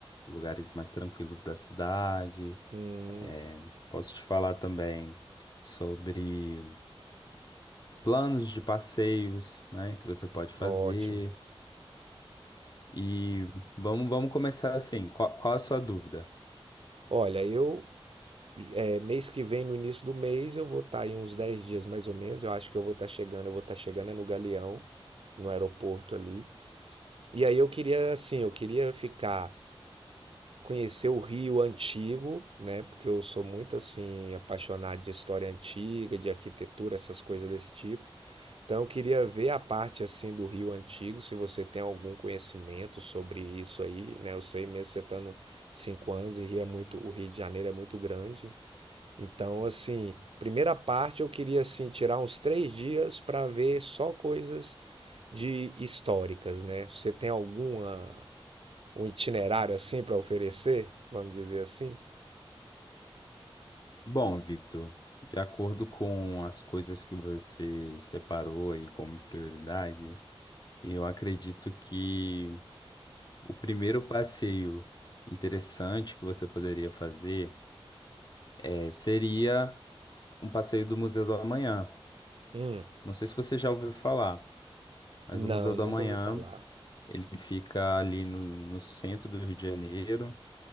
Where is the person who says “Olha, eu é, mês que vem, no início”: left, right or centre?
Right